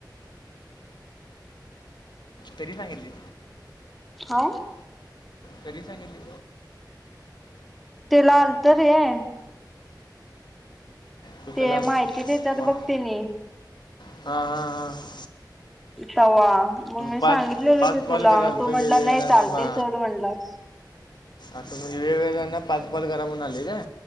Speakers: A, on the left (about 70°); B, in the centre.
A: तरी सांगितली
B: हा
A: कधी सांगितली
B: तेला आल तर आहे
A: कुशाला
B: ते माहिती देतात
A: वा-
B: बघते न
A: हा हा हा
B: ह वा मग मी
A: पाच
B: सांगितलेले
A: पाच
B: होते
A: कॉल
B: तुला
A: कराल
B: तू
A: तर
B: म्हणला
A: वेगवेगळ्या
B: नाही
A: जणांना
B: चालते
A: पा
B: चढ म्हणलास
A: असं म्हणजे वेगवेगळ्यांना पाचपाल करा म्हून आले का